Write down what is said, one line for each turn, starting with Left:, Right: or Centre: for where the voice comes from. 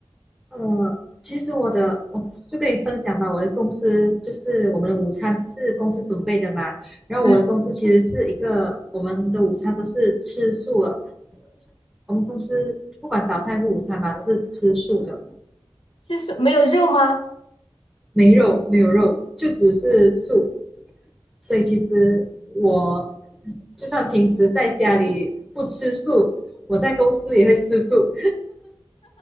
Centre: 呃，其实我的我就跟你分享吧，我的公司就是我们的午餐是公司准备的嘛，然后我的公司其实是一个我们的午餐都是吃素的，
Left: 嗯，
Centre: 我们公司不管早餐还是午餐嘛，都是吃素的，
Left: 就是没有肉吗？
Centre: 没肉没有肉，就只是素。所以其实我就算平时在家里不吃素，我在公司也会吃素。